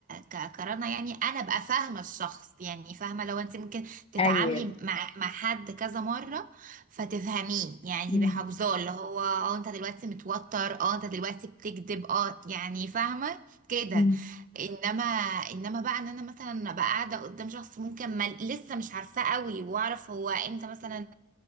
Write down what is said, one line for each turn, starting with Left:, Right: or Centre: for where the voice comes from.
Right: ك كرنا يعني انا ابقى فاهمة الشخص يعني فاهمة لو انت ممكن تتعاملي
Left: ايوه
Right: مع مع حد كذا مرة فتفهميه يعني
Left: مم.
Right: تبقي حافظاه اللي هو اه انت دلوقتي متوتر اه انت دلوقتي بتكذب اه يعني فاهمة كده
Left: مم.
Right: انما انما بقى ان انا مثلا ابقى قاعده قدام شخص ممكن ما لسه مش عارفاه قوي واعرف هو امتى مثلا